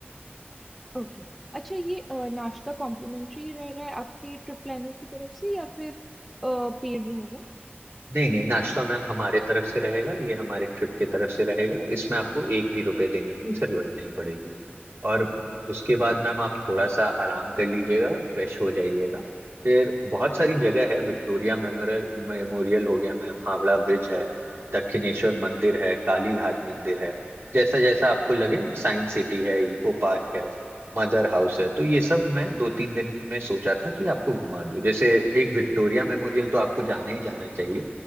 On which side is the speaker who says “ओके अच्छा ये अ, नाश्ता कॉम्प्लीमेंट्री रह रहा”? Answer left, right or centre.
Centre